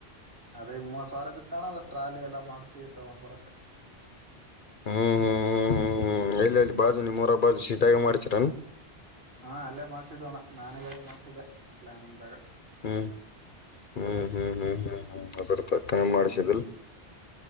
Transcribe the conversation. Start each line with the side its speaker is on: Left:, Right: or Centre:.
Right: ಅದೇ ಮೂವ ಸಾವಿರ ಗ ಬಿತ್ತಣ ಅದ ಟ್ರಾಲಿ ಎಲ್ಲ ಮಾಡ್ಸಿ ತಗೊಂಡಂಬರಕ
Left: ಹ್ಮ್ ಹ್ಮ್ ಹ್ಮ್ ಹ್ಮ್ ಹ್ಮ್ ಎಲ್ಲೆಲ್ಲಿ ಬಾಜು ನಿಮ್ಮ ಮೂರ ಬಾಜು ಸೀಟಾಗಿ ಮಾಡ್ಸರನ್
Right: ಹಾಂ ಅಲ್ಲೇ ಮಾಡಿಸಿದ್ದೋಣ ನಾನೇ ಮಾಡ್ಸಿದ್ದೆ ಪ್ಲ್ಯಾನಿಂಗ್ ದಾಗ
Left: ಹ್ಮ್ ಹ್ಮ್ ಹ್ಮ್ ಹ್ಮ್ ಹ್ಮ್ ಹ್ಮ ಪಕ್ಕನೆ
Right: ಹ್ಮ್
Left: ಮಾಡ್ಸಿದಿಲ್